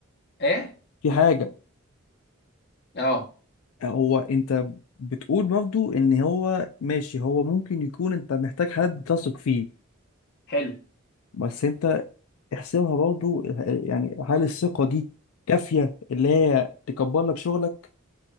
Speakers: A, on the left; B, on the left.
A: ايه
B: في حاجه
A: اه
B: آه، هو انت بتقول برضو ان هو ماشي هو ممكن يكون انت محتاج حد تثق فيه
A: حلو
B: بس انت احسبها برضو آه، يعني هل الثقه دي كافيه اللي هي تكبر لك شغلك